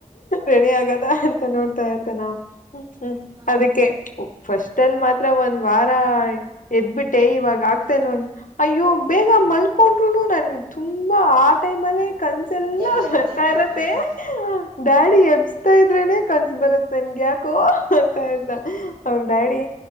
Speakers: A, on the left; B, on the right.
A: ರೆಡಿ
B: ಹ್ಮ
A: ಆಗದ ಅಂತ ನೋಡ್ತಾ ಇರ್ತಾನ ಹ್ಮ
B: ಹ
A: ಅದಕ್ಕೆ ಫಸ್ಟ್ಲ್.
B: ಹ್ಮ್
A: ಮಾತ್ರ ಒಂದ್ ವಾರ ಎದ್ಬಿಟ್ಟೆ ಇವಾಗ ಆಗ್ತಲ್
B: ಹ್ಮ್
A: ಒಂದ ಅಯ್ಯೋ. ಬೇಗ ಮಲ್ಕೊಂಡ್ರುನು ನನ್ಗೆ ತುಂಬಾ ಆ ಟೈಮ್ ಅಲ್ಲೇ. ಕನ್ಸಲ್ಲ
B: ನಿದ್ದೆ ಬರುತ್ತೆ
A: ಬರ್ತಾ
B: ಹ
A: ಇರತ್ತೆ.
B: ಹ
A: ಡ್ಯಾಡಿ ಎಬ್ಸ್ತಾ ಇದ್ರೇನೆ ಕನ್ಸ ಬರತ್ ನನ್ಗ ಯಾಕೋ. ಅಂತ
B: ಹ
A: ಇದ್ದ ಅವ್ರ ಡ್ಯಾಡಿ.